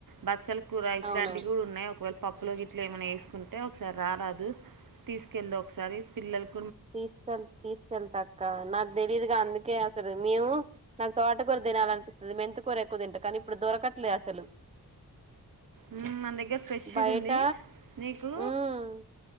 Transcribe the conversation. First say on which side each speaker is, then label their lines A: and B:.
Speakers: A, on the right; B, on the right.
A: బచ్చలు కూర ఇట్లాంటివి
B: అవునవును
A: కూడా ఉన్నాయి ఒకవేళ పప్పులో గట్లా ఏమైనా వేసుకుంటే ఒకసారి రారాదు తీసుకెళ్దువ్ ఒకసారి పిల్లలకి
B: తీసుకెళ్ తీసుకెళ్తా అక్క నాకు తెలీదుగా అందుకే తరు మేము నాకు తోట కూర తినాలనిపిస్తది మెంతి కూర ఎక్కువ తింటా కానీ ఇప్పుడు దొరకట్లే అసలు
A: మ్ మన దగ్గర ఫ్రెష్
B: బయట
A: గుంది నీకు
B: ఉమ్